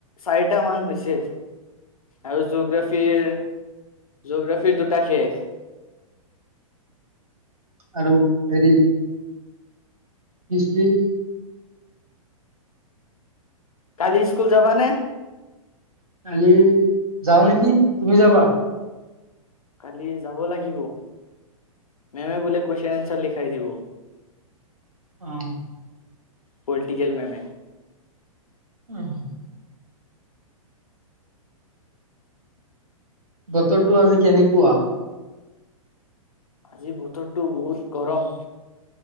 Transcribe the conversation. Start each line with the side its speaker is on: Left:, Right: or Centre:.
Left: চাৰিটা মান হৈছে আৰু, জগ্ৰাফিৰ জগ্ৰাফিৰ দুটা শেষ।
Right: আৰু হেৰি, হিষ্টি?
Left: কালি স্কুল যাবানে?
Right: কালি যাওঁ নেকি, তুমি যাবা?
Left: কালি যাব লাগিব, মেমে বোলে কুৱেশন এনচাৰ লিখাই দিব।
Right: অ'।
Left: পলিটিকেল মেমে।
Right: উম। বতৰটো আজি কেনেকুৱা?
Left: আজি বতৰটো বহুত গৰম।